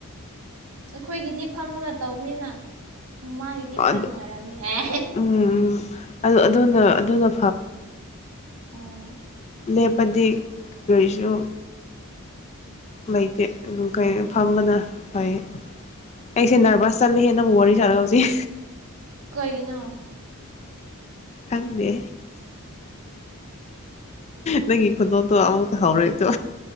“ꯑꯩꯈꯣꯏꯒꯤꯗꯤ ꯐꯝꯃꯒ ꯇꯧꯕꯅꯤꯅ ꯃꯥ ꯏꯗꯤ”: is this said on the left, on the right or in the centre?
Right